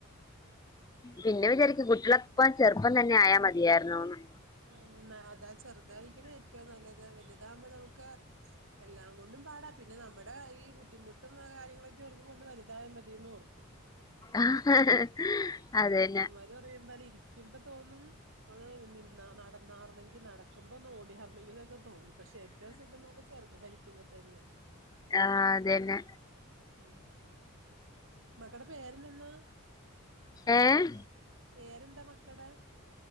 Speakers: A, on the left; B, on the right.
A: പിന്നെ വിചാരിക്കും കുട്ടികളപ്പ ചെറുപ്പം തന്നെ ആയാ മതിയായിരുന്നുന്ന്
B: ആഹ് അതാ ചെറുതായി ഇരിക്കണ ഏറ്റവും നല്ലത് വലുതാകുമ്പോ നമുക്ക് എല്ലാം കൊണ്ടും പാടാ പിന്നെ നമ്മുടെ ഈ ബുദ്ധിമുട്ടും കാര്യങ്ങളൊക്കെ ഓർക്കുമ്പ ഒന്ന് വലുതായ മതിന്ന് ഓർക്കും
A: ആഹ് അതന്ന
B: പറയുമ്പലെ ഇരിക്കുമ്പോ തോന്നും ഓ നി ന നടന്നാർന്നെങ്കി നടക്കുമ്പോ ഒന്ന് ഓടിയർനിന്നെങ്കി എന്നൊക്കെ തോന്നുന്നു പക്ഷെ ഏറ്റവും സുഖം നോ <unintelligible> ചെറുന്നായിരിക്കുമ്പ തന്നെയ
A: ആഹ് അതന്നെ
B: ഉം മകടെ പേരിനന്ന
A: ഏഹ്
B: പേരെന്താ മക്കടെ